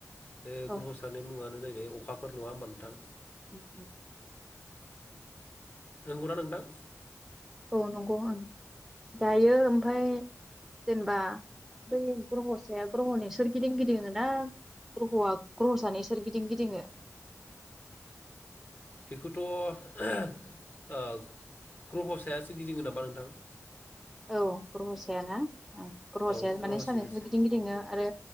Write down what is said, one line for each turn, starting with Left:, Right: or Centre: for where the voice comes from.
Left: बे
Centre: औ
Left: ग्रहसानि मुंङानो जाहै बे अखाफोर नङा होमबा नोंथां
Centre: उम उम
Left: नंगौ ना नोंथां?
Centre: औ नंगौं उम दायो
Left: औ
Centre: ओमफ्राय जेनेबा बै ग्रह' साया ग्रह'नि सोर गिदिं गिदिं ना ग्रह'आ ग्रह' जानो सोर गिदिं गिदिङो।
Left: बेखौथ' ओ ग्रहसायासो गिदिंगोन नामा नोंथां?
Centre: औ ग्रह' सायाना ओं ग्रह'
Left: औ
Centre: साया
Left: ग्रह'सायासो
Centre: माने सानैसोर गिदिं गिदिङो आरो।